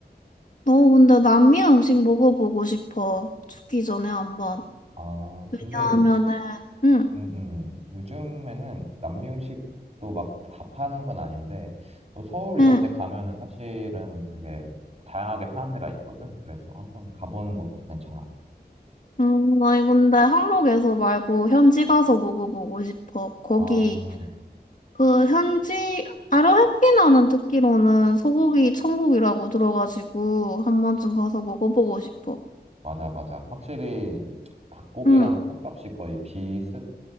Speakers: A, on the left; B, on the right.
A: 너 근데 남미 음식 먹어보고 싶어. 죽기 전에 한번.
B: 아 근데
A: 왜냐하면은, 응,
B: 음, 음. 요즘에는 남미 음식도 막 다 파는 건 아닌데 또 서울 이런
A: 응,
B: 데 가면은 사실은 되게 다양하게 파는 데가 있거든. 그래서 한번 가보는 것도 괜찮아.
A: 나나 근데 한국에서 말고 현지 가서 먹어보고 싶어. 거기,
B: 아
A: 그 현지, 아르헨티나는 듣기로는 소고기 천국이라고 들어가지고 한 번쯤 가서 먹어보고 싶어.
B: 맞아 맞아. 확실히 닭고기랑
A: 응,
B: 속값이 거의 비슷